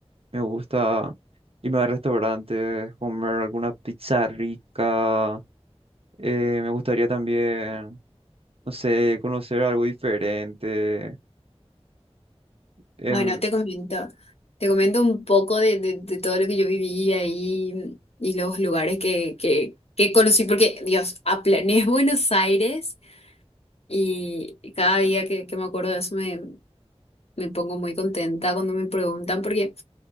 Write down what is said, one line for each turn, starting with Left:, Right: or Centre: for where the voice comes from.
Right: Me gusta irme a restaurantes, comer alguna pizza rica. eh, me gustaría también, no sé, conocer algo diferente. em,
Left: Bueno, te comento. Te comento un poco de, de- de todo lo que yo viví ahí y los lugares que, que, que conocí, porque, Dios, aplané <laughs> Buenos Aires y cada día que, que me acuerdo de eso me, me pongo muy contenta cuando me preguntan, porque